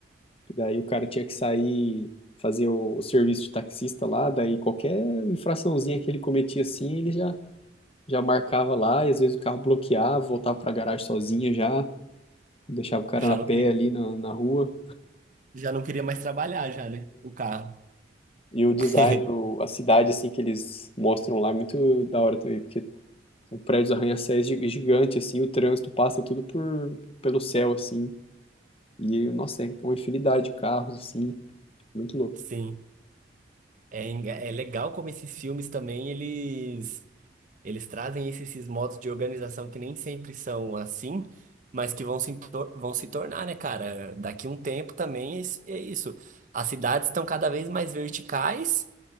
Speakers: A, on the left; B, on the right.
A: Daí, o cara tinha que sair... Fazer o, o serviço de taxista lá, daí qualquer infraçãozinha que ele cometia assim, ele já já marcava lá, e às vezes o carro bloqueava, voltava pra garagem sozinha já, deixava o cara
B: Já
A: na pé
B: não queria,
A: ali na, na rua.
B: já não queria mais trabalhar já, né? O carro.
A: E o design,
B: <laughs>
A: o- a cidade, assim, que eles mostram lá é muito da hora também, porque o prédio dos arranha-céus é gi- gigante, assim, o trânsito passa tudo por, pelo céu, assim. E, nossa, é uma infinidade de carros, assim, muito louco.
B: Sim. É, enga- é legal como esses filmes também, eles Eles trazem esses, esses modos de organização que nem sempre são assim, mas que vão se, tor- vão se tornar, né, cara? Daqui um tempo também é isso. é isso. As cidades estão cada vez mais verticais